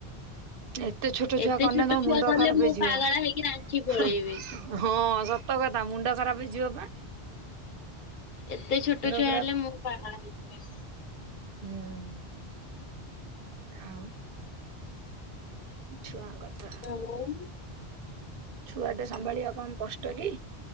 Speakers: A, on the right; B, on the left.
A: ଏତେ ଛୋଟ
B: ଏତେ
A: ଛୁଆ କରିନେ
B: ଛୋଟ
A: ତମ
B: ଛୁଆ
A: ମୁଣ୍ଡ
B: କଲେ
A: ଖରାପ
B: ମୁଁ
A: ହେଇଯିବ
B: ପାଗଳା ହେଇକି ରାଞ୍ଚି ପଳେଇବି।
A: ହ ହ ହଁ ସତ କଥା ମୁଣ୍ଡ ଖରାପ ହେଇ ଯିବପା
B: ଏତେ ଛୋଟ ଛୁଆ
A: ପୁରା
B: ହେଲେ
A: ହୁଁ।
B: ମୁଁ ପାଗଳ ହେଇଯିବି
A: ହୁଁ ଆଉ ଛୁଆଙ୍କ କଥା
B: ହ <unintelligible>
A: ଛୁଆଟେ ସମ୍ଭାଳିବା କମ କଷ୍ଟ କି